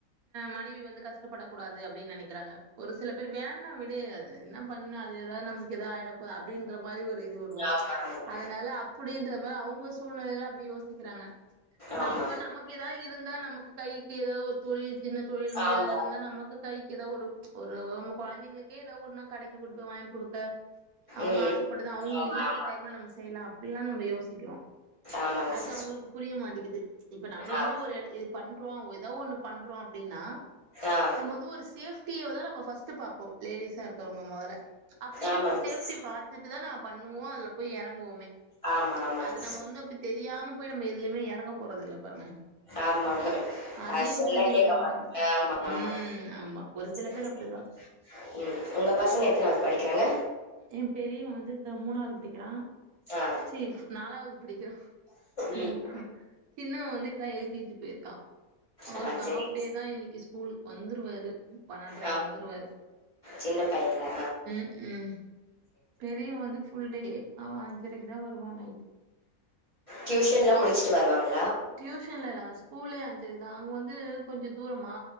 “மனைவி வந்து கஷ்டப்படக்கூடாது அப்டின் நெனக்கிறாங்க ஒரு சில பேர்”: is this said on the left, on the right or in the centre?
Right